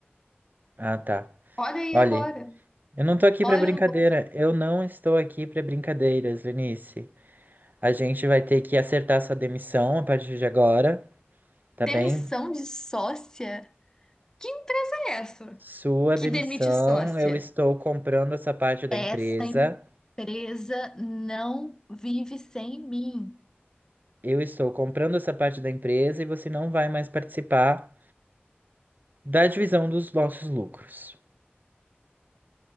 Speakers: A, on the right; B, on the left.
A: Ah, tá.
B: Olha aí
A: Olha,
B: agora.
A: eu não tô aqui
B: Olha
A: pra brincadeira.
B: no bolso.
A: Eu não estou aqui pra brincadeiras, Lenice. A gente vai ter que acertar sua demissão a partir de agora, tá
B: Demissão
A: bem?
B: de sócia? Que empresa é essa
A: Sua
B: que
A: demissão,
B: demite sócia?
A: eu estou comprando essa parte da
B: Essa
A: empresa.
B: empresa não vive sem mim.
A: Eu estou comprando essa parte da empresa e você não vai mais participar da divisão dos nossos lucros.